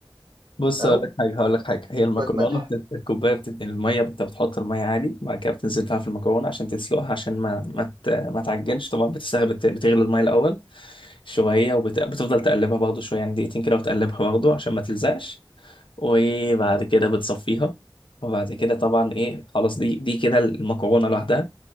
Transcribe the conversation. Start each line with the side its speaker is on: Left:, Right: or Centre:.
Left: بص هقول
Right: او
Left: لك حاجه هقول لك حاجه هي المكرونه
Right: شويه ملح
Left: بتت... الكوبايه بتت... الميه انت بتحط الميه عادي وبعد كده بتنزل فيها في المكرونه عشان تسلقها عشان ما ما, ت... ما تعجنش طبعا بتستغل بت... بتغلي الميه الاول شويه وبت... بتفضل تقلبها برضه شويه يعني دقيقتين كده وتقلبها برضه عشان ما تلزقش وبعد
Right: امم
Left: كده بتصفيها وبعد كده طبعا ايه خلاص دي دي كده المكرونه لوحدها